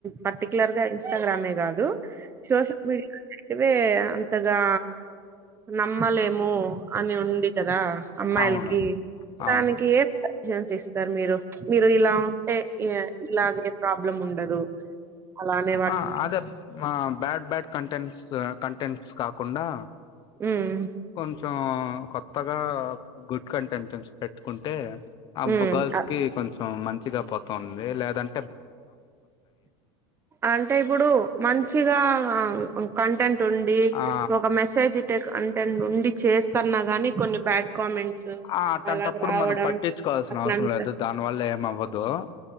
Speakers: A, on the right; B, on the left.
A: పర్టికులర్ గా ఇన్స్టాగ్రామే గాదు సోషల్ మీడియా ఇవే అంతగా నమ్మలేము అని ఉంది కదా అమ్మాయిలకి
B: అవును అవును
A: దానికి ఏ సజషన్స్ ఇస్తారు. మీరు మీరు ఇలా ఉంటే ఈవే ఇలాగే ఏ ప్రాబ్లం ఉండదు. అలానే వాటికి
B: ఆ అదే బ్యాడ్ బ్యాడ్ కంటెంట్స్ కంటెంట్స్ కాకుండా
A: హ్మ్
B: కొంచెం కొత్తగా గుడ్ కంటెంట్స్ పెట్టుకుంటే ఆబ్
A: హ్మ్
B: గర్ల్స్
A: అ
B: కి కొంచెం మంచిగా పోతుంది లేదం
A: అంటే ఇప్పుడు మం చిగా కంటెంట్ ఉండి
B: ఆ
A: ఒక మెసేజ్ కంటెండ్ నుండి చేస్తన్నా గాని కొన్ని బ్యాడ్ కామెంట్స్
B: ఆ అట్టాట్టప్పుడు
A: అలాగ రావడం
B: మనం పట్టించుకోవాల్సిన
A: అట్లంతా
B: అవసరం లేదు దాని వల్ల ఏమవ్వదు. దు.